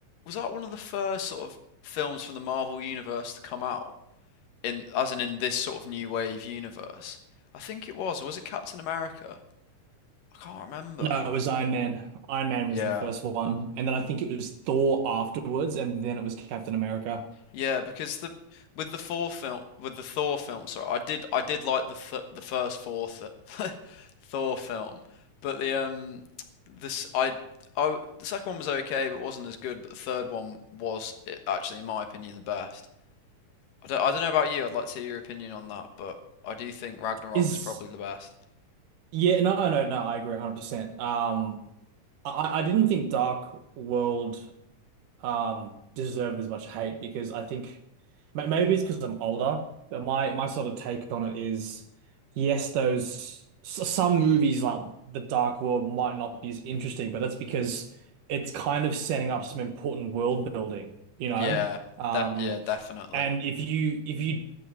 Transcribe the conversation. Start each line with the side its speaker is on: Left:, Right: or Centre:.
Left: was that one of the first sort of films from the Marvel universe to come out? in as in in this sort of new wave universe. I think it was, or was it Captain America? I can't remember.
Right: No, it was Iron Man. Iron Man
Left: Yeah.
Right: was the first one, and then I think it was Thor afterwards, and then it was Captain America.
Left: Yeah, because the with the Thor film with the Thor film, sorry, I did I did like the th the first Thor th <laughs> Thor film, but the um this I I the second one was okay, but wasn't as good. But the third one was i actually, in my opinion, the best. I don't I don't know about you. I'd like to hear your opinion on that, but I do think Ragnarok
Right: Is
Left: was probably the best.
Right: Yeah, no, no, no, I agree 100%. Um, I, I didn't think Dark World um deserved as much hate because I think ma- maybe it's because I'm older, but my my sort of take on it is yes, those s- some movies like The Dark World might not be as interesting, but that's because it's kind of setting up some important world building, you know?
Left: Yeah,
Right: Um,
Left: de yeah, definitely.
Right: and if you if you